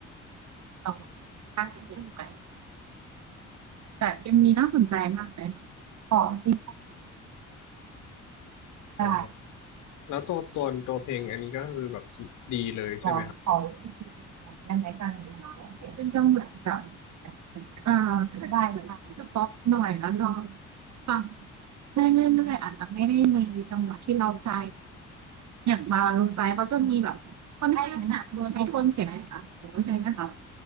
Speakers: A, on the right; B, on the left.
A: เราตั้งใจเปลี่ยนไปแต่ยังมวีน่าสนใจมากเลยค่ะของสิบตา
B: อ๋อแล้วตัวตัวตัวเพลงอันนี้ก็คือแบบดีเลยใช่ไหมครับ
A: ของของที่ดียังไงกันเป็นจังหวะแบบเอ่าได้หรือจะป๊อกหน่อยแล้วลองฟังได้เรื่อยๆอาจจะไม่ได้มีจังหวะที่เราใจอย่างบาลงใจก็จะมีแบบคนไทยหนักโดนให้ทนเสียงอ่ะโอ้ใช่ไหมคะ